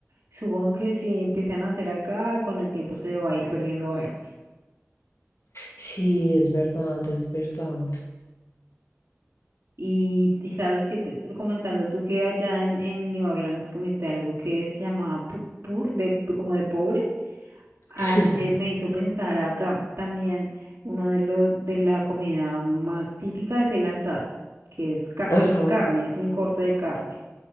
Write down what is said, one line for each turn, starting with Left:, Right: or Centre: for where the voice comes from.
Right: supongo que si empiezan a hacer acá, con el tiempo se va a ir perdiendo algo.
Left: Sí, es verdad, es verdad.
Right: Y, y sabes que te- comentando tú que allá en, en New Orleans comiste algo que se llamaba pu- pur, de, como de pobre, ah,
Left: <laughs>
Right: eh, me hizo pensar acá también uno de los de la comida más típica es el asado, que es, ca-
Left: Ajá,
Right: es carne, es un corte de carne.